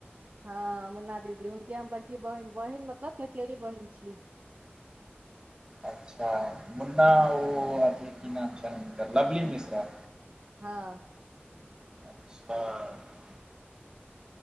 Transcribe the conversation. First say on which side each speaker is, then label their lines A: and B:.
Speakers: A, on the right; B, on the right.
A: हँ मुन्ना दीदी हुनके हम बड़की बहिन बहिन मतलब चचेरी बहिन छी।
B: अच्छा मुन्ना ओ अथी की नाम छैन हुनकर लवली मिश्रा।
A: हँ
B: ह